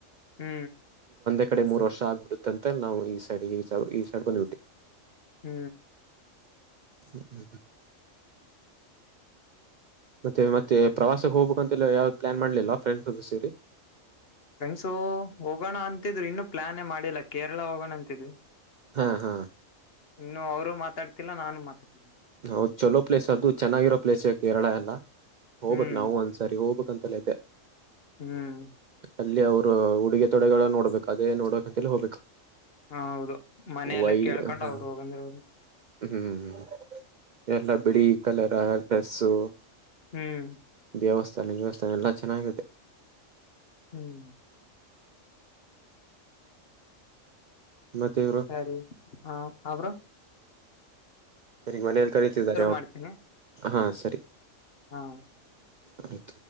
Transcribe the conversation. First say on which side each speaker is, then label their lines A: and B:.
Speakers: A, on the left; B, on the right.
A: ಹ್ಮ್
B: ಈ ಕಡೆ ಮೂರು ವರ್ಷ ಆಗ್ಿಬಿಡುತ್ತಂತೆ ನಾವು ಈ ಸೈಡ್ ಈ ಸ ಈ ಸೈಡ್ ಬಂದ್ಬಟ್ಟವಿ
A: ಹ್ಮ್
B: ಹ್ಮ್ ಹ್ಮ್ ಹ್ಮ ಮತ್ತೆ ಮತ್ತೆ ಪ್ರವಾಸಕ್ಕೆ ಹೋಗ್ಬೇಕು ಅಂತೆಲ್ಲ ಯಾವ್ದು ಪ್ಲಾನ್ ಮಾಡ್ಲಿಲ್ಲ ಫ್ರೆಂಡ್ಸ್ ಸೇರಿ
A: ಫ್ರೆಂಡ್ಸು ಹೋಗೋಣ ಅಂತಿದ್ರು ಇನ್ನು ಪ್ಲಾಾನೆ ಮಾಡಿ ಲ್ಲ ಕೇರಳ ಹೋಗೋಣಂತು
B: ಹಾ ಹಾ
A: ಇನ್ನು ಅವರು ಮಾತಾಡ್ತಿಲ್ಲ ನಾನು ಮಾತಾಡ್
B: ಹೌದ್ ಚಲೋ ಪ್ಲೇಸ್ ಅದು ಚೆನ್ನಾಗಿರೋ ಪ್ಲೇಸ್ ಕೇರಳ ಎಲ್ಲಾ ಹೋಗ್ಬೇಕಕ್
A: ಹ್ಮ್
B: ನಾವು ಒಂದ್ಸರಿ ಹೋಗ್ಬೇಕು ಂತಲತೆ
A: ಹ್ಮ್
B: ಅಲ್ಲಿ ಅವರು ಉಡುಗೆ ತೊಡೆಗಳ ನೋಡ್ಬೇಕು ಅದೇ ನೋಡಕ್ ಅಂತೇಳ ಹೋಗ್ಬೇಕು
A: ಹ ಹೌದು ಮನೆಯಲ್ಲೇ
B: ವೈ
A: ಕೇಳ್ಕೊಂಡು
B: ಹ
A: ಅವ್ರು ಹೋಗಂದರ
B: ಹ್ಮ್ ಎಲ್ಲ ಬಿಳಿ ಕಲರ್ ಡ್ರೆಸ್ಸು
A: ಹ್ಮ್
B: ದೇವಸ್ಥಾನ ದೇವಸ್ಥಾನ ಎಲ್ಲ ಚೆನ್ನಾಗಿದೆ
A: ಹ್ಮ್
B: ಮತ್ತೆ ಇವರು
A: ಸರಿ ಹ ಅವ್ರ
B: ಸಗ ಮನೇೆಯಲ್ಲಿ ಕರತಿದ್ದಾರೆ
A: ಮಾಡ್ತೀನಿ
B: ಹಾಂ ಸರಿ
A: ಹಾ
B: ಆಯತು